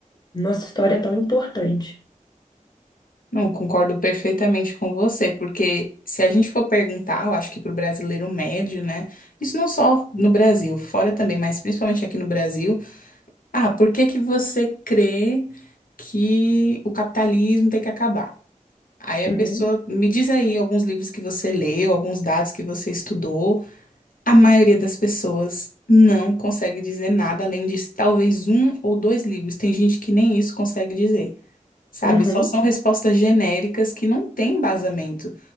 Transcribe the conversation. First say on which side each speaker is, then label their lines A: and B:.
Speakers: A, on the left; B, on the left.
A: nossa história é tão importante.
B: Não, concordo perfeitamente com você, porque se a gente for perguntar, eu acho que para o brasileiro médio, né? Isso não só no Brasil, fora também, mas principalmente aqui no Brasil. Ah, por que que você crê que o capitalismo tem que acabar? Aí a
A: Uhum,
B: pessoa me diz aí alguns livros que você leu, alguns dados que você estudou. A maioria das pessoas não consegue dizer nada além de talvez um ou dois livros. Tem gente que nem isso consegue dizer. Sabe,
A: uhum,
B: só são respostas genéricas que não têm embasamento.